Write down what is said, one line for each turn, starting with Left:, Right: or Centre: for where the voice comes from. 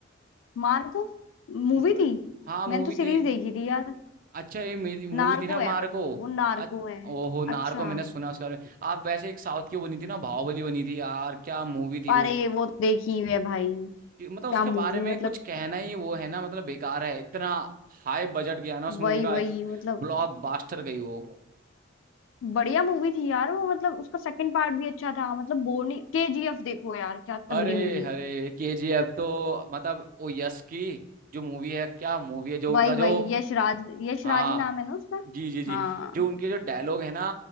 Left: मार्को मूवी
Right: म-
Left: थी
Right: हाँ मूवी
Left: मैंने तो
Right: थी
Left: सीरीज देखी थी यार
Right: अच्छा ये मूवी
Left: नार्को
Right: थी ना मार्को
Left: है बट वो वो नार्को
Right: अ-
Left: है
Right: ओ हो नार्को
Left: अच्छा
Right: मैंने सुना उसके बारे में आप वैसे एक साउथ की वो बनी थी ना बाहुबली बनी थी यार क्या मूवी थी
Left: अरे
Right: वो
Left: वो तो देखी हुई है भाई
Right: कि- मतलब
Left: क्या
Right: उसके बारे
Left: मूवी
Right: में
Left: मतलब
Right: कुछ कहना ही वो है ना मतलब बेकार है इतना हाई बजट गया ना उस मूवी
Left: वही
Right: का
Left: वही मतलब
Right: ब्लॉक बास्टर गई वो
Left: बढ़िया मूवी थी यार वो मतलब उसका सेकंड पार्ट भी अच्छा था मतलब बोर नहीं केजीएफ देखो यार क्या
Right: अरे
Left: तगड़ी मूवी थी
Right: अरे केजीएफ तो मतलब वो यश की जो मूवी है क्या मूवी है जो
Left: वही
Right: उनका जो
Left: वही यशराज यशराज
Right: हाँ
Left: ही नाम है ना उसका
Right: जी जी जी
Left: हाँ
Right: जो उनके जो डायलॉग है ना